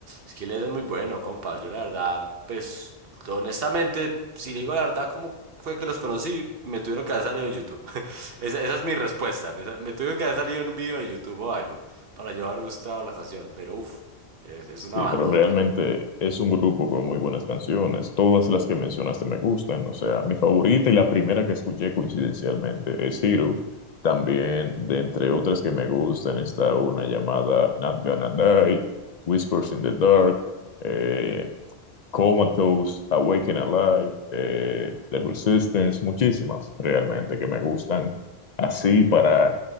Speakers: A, on the right; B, on the left.
A: Skillet es muy bueno, compa, yo la verdad, pues, honestamente, si le digo la verdad, como fue que los conocí? Me tuvieron que haber salido en YouTube, <laughs> esa, esa es mi respuesta, me, sa- me tuvieron que haber salido en un video de YouTube o algo, para yo haber gustado la canción, pero uff, es, es
B: Sí,
A: una bandota,
B: pero realmente es un grupo con muy buenas canciones. Todas las que mencionaste me gustan. O sea, mi favorita y la primera que escuché coincidencialmente es Hero. También, de entre otras que me gustan, está una llamada Not Gonna Die, Whispers in the Dark, eh, Comatose, Awaken Alive, eh, The Resistance, muchísimas realmente que me gustan. Así para,